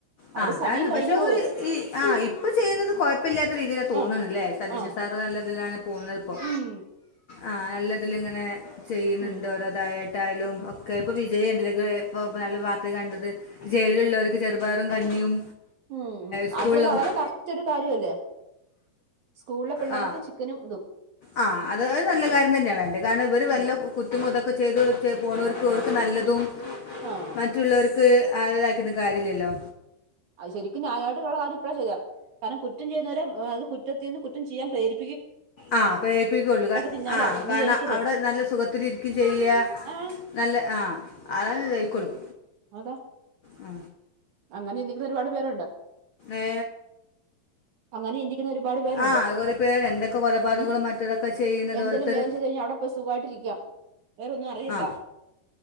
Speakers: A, on the right (about 55°); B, on the left (about 85°).
A: അവര്
B: ആ അതാണ്
A: സമയം കഴിഞ്ഞു
B: പക്ഷെ
A: പോയത്
B: ഒരു ഈ ആ ഇപ്പൊ ചെയ്യുന്നത് കൊഴപ്പമില്ലാത്ത രീതിയിലാന്ന്തോന്ന്ണ്ല്ലേ
A: ആഹ്
B: സതീഷൻ
A: ആഹ്
B: സാറ് നല്ലതിലാണ് പോവുന്നതപ്പം
A: ഉം
B: ആ നല്ലതില്ങ്ങനെ ചെയ്യുന്നുണ്ട്
A: ഉം
B: ഓരോതായാ എന്തായാലും ഒക്ക പ്പൊ വിജയണ്ട് ലേ <unintelligible> ഇപ്പോ നല്ല വാർത്തേ കണ്ടത് ജയിലുള്ളവർക്ക് ചെറുപയറും കഞ്ഞിയും
A: ഉം
B: സ്കൂളിലെ
A: അതും വളരെ
B: കുട്ടി
A: കറക്റ്റ് ഒരു കാര്യല്ലേ സ്കൂളിലെ പിള്ളേർക്ക്
B: ആ
A: ചിക്കനും ഇതും
B: ആ അത് നല്ല കാര്യം തന്നെയാ വേണ്ടത് കാരണം ഇവര്
A: പിന്നെല്ലേ
B: വല്ല കുറ്റു തൊക്കെ ചെയ്ത് വച്ച് പോണോർക്ക് അവർക്ക് നല്ലതും
A: ആഹ്
B: മറ്റുള്ളവർ ക്ക്ആര്താകീട്ടും കാര്യല്ലല്ലോ
A: അത് ശരിക്കും ഞായ മായിട്ടുള്ള കാര്യം ഇപ്പഴാ ചെയ്തേ കാരണം കു കുറ്റം ചെയ്യുന്നവരെ അത് കുറ്റത്തിൽ നിന്ന് കുറ്റം ചെയ്യാൻ പ്രേരി
B: ആ അപ്പ പേടിപ്പിക്കുള്ളൂ
A: തിന്നാലോ
B: ആ
A: എന്ന്
B: കാരണം
A: വിചാരിക്കല്ലേ
B: അവിടെ നല്ല സുഖത്തി ഇരിക്കും ചെയ്യ
A: ആഹ്
B: നല്ല ആ തന്നെ ദഹിക്കോളും
A: ആതാ
B: ആ
A: അങ്ങനെ ചിന്തിക്കുന്നരുപാട് പേരുണ്ട്
B: ഏ
A: അങ്ങനെ ചിന്തി ഒരുപാട് പേരുണ്ട്
B: ആ കുറേ പേര് എന്തൊക്കെ കൊലപാതകങ്ങളും
A: ഉം
B: മറ്റതൊക്കെ ചെയ്യുന്നത്
A: എന്തെലും
B: ഓരോരുത്തർ
A: വേചെയ്ത് കഴിഞ്ഞാൽഅവിടെ പോയി സുഖായിട്ടിരിക്ക വേറൊന്നും അറിയണ്ട
B: ആ